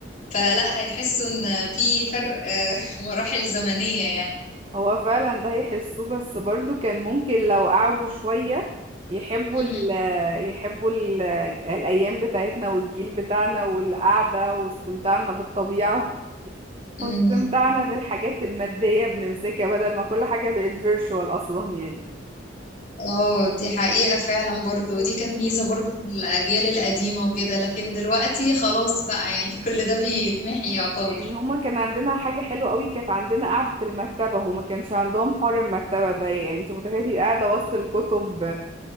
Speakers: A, on the left (about 45°); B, on the right (about 30°).
A: فلا هيحسوا ان في فرق آه، <laughs> مراحل زمنية يعني
B: هو فعلا ده يحسوه بس برضو كان ممكن لو قعدوا شوية يحبوا
A: مم.
B: ال يحبوا ال الأيام بتاعتنا والجيل بتاعنا والقعدة واستمتاعنا بالطبيعة <laughs>
A: مم.
B: واستمتاعنا بالحاجات المادية بنمسكها بدل ما كل حاجة بقت فيرتشوال أصلا يعني
A: اه دي حقيقة فعلا برضو
B: بس.
A: ودي كانت ميزة برضو في الأجيال القديمة وكده لكن دلوقتي خلاص بقى يعني كل ده بيتمحي يعتبر
B: يعني هما كان عندنا حاجة حلوة قوي كانت عندنا قعدة المكتبة هما ما كانش عندهم حوار المكتبة ده يعني انت متخيلة تبقي قاعدة وسط الكتب